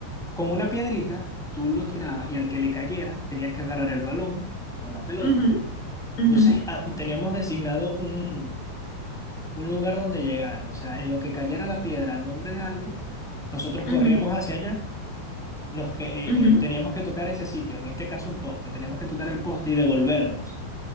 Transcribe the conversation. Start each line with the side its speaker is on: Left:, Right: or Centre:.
Centre: con una piedrita, tú lo tirabas y al que le cayera, tenías que agarrar el balón con la pelota.
Left: Ujú, ujú,
Centre: Entonces, a- teníamos designado un un lugar donde llegar, o sea, en lo que cayera la piedra al nombre de alguien, nosotros
Left: ujú,
Centre: corríamos hacia allá, nos que, eh,
Left: ujú,
Centre: eh, teníamos que tocar ese sitio, en este caso un poste, teníamos que tocar el poste y devolvernos.